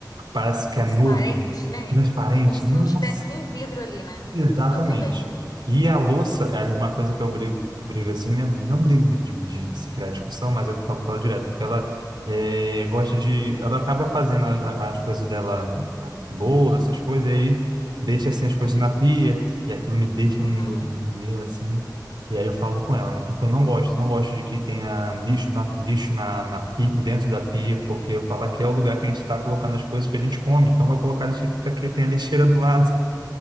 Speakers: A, on the right; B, on the left.
A: parece que
B: Transparente,
A: é novo,
B: né?
A: transparente.
B: Como se
A: Nossa,
B: não tivesse nem vidro ali, né?
A: Exatamente.
B: Eu também.
A: E a louça é uma coisa que eu brigo, brigo assim, né? Não brigo de, de se criar discussão, mas eu falo com ela direto, porque ela é, gosta de. Ela acaba fazendo a- a- as coisas dela, a bolo, essas coisas, e aí deixa assim as coisas
B: Ela deixa...
A: na pia, e aquilo me deixa
B: Aham.
A: um meu, meu, assim. E aí eu falo com ela, né? Porque eu não gosto, não gosto de que tenha lixo na, lixo na, na pia, dentro da pia, porque eu falo que é o lugar que a gente está colocando as coisas que a gente come, então eu vou colocar lixo aqui para que tenha lixeira do lado. <laughs>